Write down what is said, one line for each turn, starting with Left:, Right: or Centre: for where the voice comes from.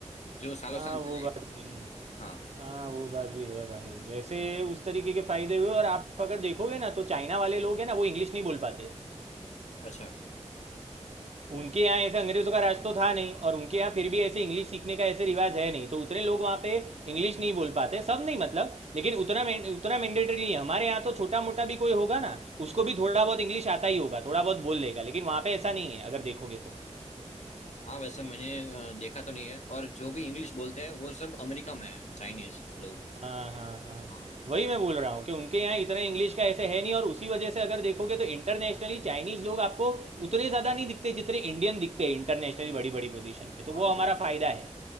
Left: जो सालों
Right: हाँ
Left: साल
Right: वो
Left: चले
Right: बात भी है
Left: हाँ
Right: हाँ वो बात भी है भाई वैसे उस तरीके के फायदे हुए और आप अगर देखोगे ना तो चाइना वाले लोग हैं ना वो इंग्लिश नहीं बोल पाते
Left: अच्छा
Right: उनके यहाँ ऐसे अंग्रेजों का राज तो था नहीं और उनके यहाँ फिर भी ऐसे इंग्लिश सीखने का ऐसे रिवाज है नहीं तो उतने लोग वहाँ पे इंग्लिश नहीं बोल पाते सब नहीं मतलब लेकिन उतना में, उतना मैंडेटरी नहीं है हमारे यहाँ तो छोटा मोटा भी कोई होगा ना उसको भी थोड़ा बहुत इंग्लिश आता ही होगा थोड़ा बहुत बोल लेगा लेकिन वहाँ पे ऐसा नहीं है अगर देखोगे तो
Left: हाँ वैसे मैंने अ, देखा तो नहीं है और जो भी इंग्लिश बोलते हैं वो सब अमेरिका में है चाइनीज लोग
Right: हाँ हाँ हाँ
Left: हाँ
Right: वही मैं बोल रहा हूँ कि उनके यहाँ इतना इंग्लिश का ऐसे है नहीं और उसी वजह से अगर देखोगे तो इंटरनेशनली चाइनीज लोग आपको उतने ज़्यादा नहीं दिखते जितने इंडियन दिखते हैं इंटरनेशनली बड़ी बड़ी पोजीशन पे तो
Left: हाँ
Right: वो
Left: वैसे
Right: हमारा फ़ायदा है